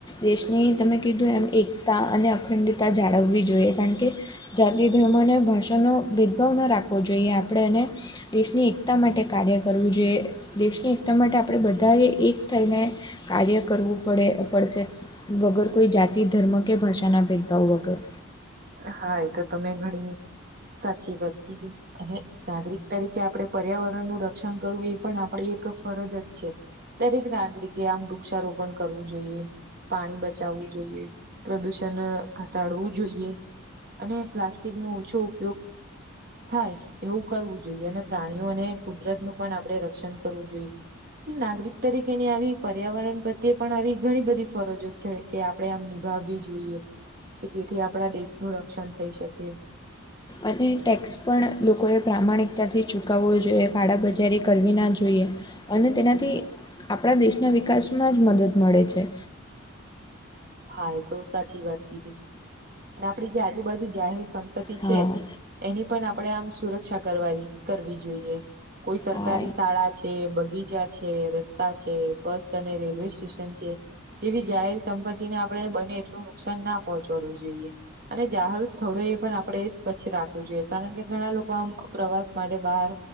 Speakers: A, on the left; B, on the right.
A: દેશને તમે કીધું એમ એકતા અને અખંડતા જાળવવી જોઈએ કારણ કે જાતિ ધર્મને ભાષાનો ભેદભાવ ન રાખવો જોઈએ આપણે એને દેશની એકતા માટે કાર્ય કરવું જોઈએ દેશની એકતા માટે આપણે બધાએ એક થઈને કાર્ય કરવું પડે પડશે. વગર કોઈ જાતિ ધર્મ કે ભાષાના ભેદભાવ વગર
B: હા એ તો તમે ઘણી સાચી વાત કીધી અને નાગરિક તરીકે આપણે પર્યાવરણનું રક્ષણ કરવું એ પણ આપણી એક ફરજ જ છે. દરેક નાગરિકે આમ વૃક્ષારોપણ કરવું જોઈએ. પાણી બચાવવું જોઈએ પ્રદુષણ ઘટાડવું જોઈએ. અને પ્લાસ્ટિક નો ઓછો ઉપયોગ થાય એવું કરવું જોઈએ અને પ્રાણીઓને કુદરત નું પણ આપણે રક્ષણ કરવું જોઈએ. નાગરિક તરીકેની આવી પર્યાવરણ પ્રત્યે પણ આવી ઘણી બધી ફરજો છે. કે આપણે આમ નિભાવવી જોઈએ કે જેથી આપણા દેશનું રક્ષણ થઈ શકી.
A: અને ટેક્સ પણ લોકોએ પ્રામાણિકતાથી ચૂકવવો જોઈએ કાળાબજારી કરવી ના જોઈએ. અને તેનાથી આપણા દેશના વિકાસમાં જ મદદ મળે છે
B: હા એ તો સાચી વાત કીધી અને આપડી જે આજુબાજુ જાહેર સંપત્તિ
A: હા
B: છે. એની પણ આપણેે આમ સુરક્ષા કરવા કરવી જોઈએ કોઈ સરકારી
A: હા
B: શાળા છે બગીચા છે રસ્તા છે બસ અને રેલવે સ્ટેશન છે જેવી જાહેર સંપત્તિ ને આપડે બને એટલું નુ નુકસાન ના પહોંચાડવું જોઈએ. અને જાહર સ્થળો એ પણ આપણે સ્વચ્છ રાખવું જોઈએ કારણ કે ઘણા લોકો આમ પ્રવાસ માટે બહાર